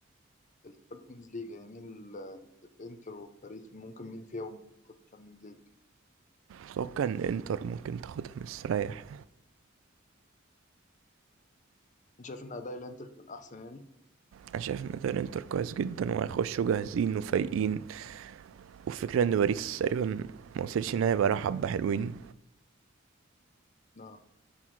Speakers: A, on the left; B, on the right.
A: التشامبيونز ليج يعني مين ال- الإنتر وباريس ممكن مين فيهم ياخد تشامبيونز ليج؟
B: اتوقع ان انتر ممكن تاخدها مستريح
A: انت شايف ان اداء الانتر كان احسن يعني
B: انا شايف ان ده الانتر كويس جدا وهيخشوا جاهزين وفايقين وفكرة ان باريس تقريبا ما وصلش ان هي بقى حبة حلوين
A: لا